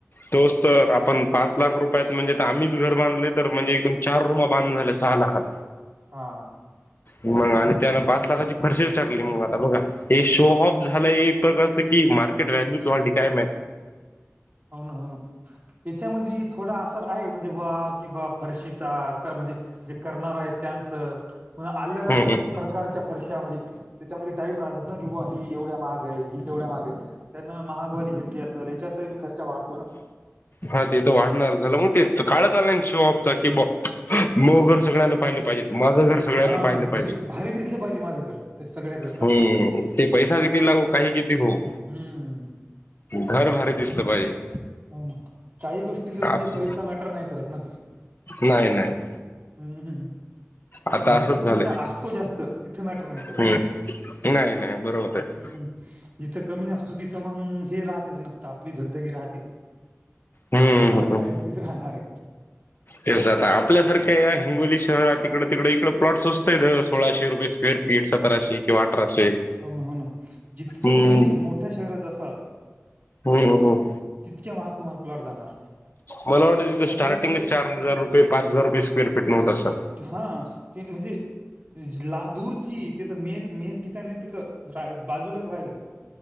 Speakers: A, on the left; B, on the right.
A: तोच तर आपण पाच लाख रुपयात म्हणजे आम्हीच घर बांधले तर म्हणजे एकदम चार रुम बांधून झाल्या सहा लाखात.
B: हा
A: मग आणि त्यान पाच लाखाची फरशी टाकली मग आता बघा. हे शो ऑफ झालंय एक प्रकारचं की मार्केट व्हॅल्यू च वाढली काय म
B: हो ना हो ना याच्यामध्ये थोडा असर आहे म्हणजे बा कि बा फरशीचा म्हणजे जे करणार आहे त्यांचं कन अलग अलग
A: हम्म हम्म
B: कारच्या फरश्या म्हणजे त्याच्यामध्ये टाईप राहतात ना की बा ही एवढ्या महाग आहे ही तेवढ्या महाग आहे. त्यांना महागवाली घेतली असेल याच्यात ही खर्च वाढतो ना.
A: हा ते तर वाढणार झालं मग ते काळच आलं शोऑफ चा की ब मोघर सगळ्यांना पाहिले पाहिजे. माझं घर सगळ्यांना
B: हा
A: पाहिलं
B: म्हणजे
A: पाहिजे
B: भारी दिसलं पाहिजे माझं घर ते सगळ्या पेरता
A: मी ते पैसा किती लागू काही किती हो
B: हम्म
A: घर भारी दिसलं पाहिजे.
B: हो ना काही गोष्टीला म्हणजे
A: असं
B: पैसा मॅटर नाही करत ना.
A: नाही नाही
B: हम्म हम
A: आता
B: जिथं
A: असंच
B: पैसा
A: झालंय
B: असतो जास्त तिथं मॅटर नाही करत.
A: हम्म नाही नाही बरोबर आहे
B: हम्म जिथं कमी असतो तिथं मग हे राहतेच न आपली धगधगी राहतेच.
A: हम्म
B: तिथं
A: ह
B: कायमचीच राहणार आहे
A: ते ज आपल्यासारख्या या हिंगोली शहरात तिकडडे तिकडे इकडे प्लॉट्स स्वस्त सोळाशे रुपये स्वेर फुट स्क्वेअर फीट सतराशे किंवा अठराशे
B: हो ना हो ना जितकं
A: हम्म
B: तुम्ही मोठ्या शहरात असाल
A: हम्म हम्म
B: तितक्या महाग तम्हाला पलॉट जाणार
A: मला वाटतं तिथं
B: कसं
A: स्टार्टिंग
B: काय की तिथं
A: चार हजार रुपये पाच हजार रुपये स्क्वेअर फुट होतं असेल
B: स-
A: सर
B: हा ते म्हणजे ला लादुची ते तर मेन मेन ठिकाणी तर बाजूलाच राहिलं